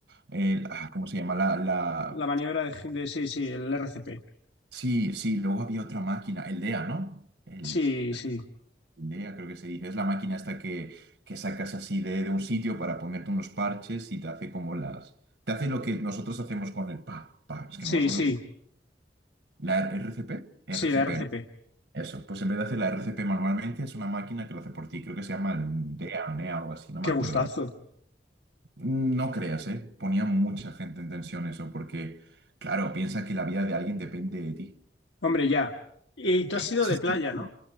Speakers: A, on the right (about 80°); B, on the left (about 85°).
A: el- ah, ¿cómo se llama? La, la-
B: La maniobra de, de- sí, sí, el RCP.
A: Sí, sí, luego había otra máquina, el DEA, ¿no? El,
B: Sí, sí,
A: el DEA creo que se dice, es la máquina esta que, que sacas así de, de un sitio para ponerte unos parches y te hace como las... Te hace lo que nosotros hacemos con el pa, pa, es
B: sí,
A: que no me acuerdo
B: sí,
A: cómo. ¿La R- RCP? RCP,
B: sí, la RCP.
A: ¿no? eso. Pues en vez de hacer la RCP manualmente, es una máquina que lo hace por ti, creo que se llama el DEA o NEA o algo así, no me
B: Qué
A: acuerdo
B: gustazo.
A: ahora. No creas, ¿eh? Ponía mucha gente en tensión eso, porque, claro, piensa que la vida de alguien depende de ti.
B: Hombre, ya. Y
A: <laughs>
B: tú
A: Ese
B: has sido de
A: es
B: playa,
A: el punto.
B: ¿no?